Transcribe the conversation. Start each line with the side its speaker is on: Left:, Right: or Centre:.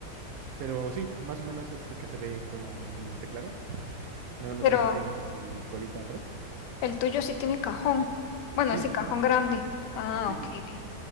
Right: pero sí, más o menos es el que se ve como un teclado, nada más
Left: pero
Right: que si tiene su colita atrás.
Left: el tuyo sí tiene cajón. Bueno,
Right: Sí,
Left: ese
Right: sí,
Left: cajón
Right: sí,
Left: grande. Ah,
Right: sí,
Left: ok.
Right: sí, sí.
Left: ok.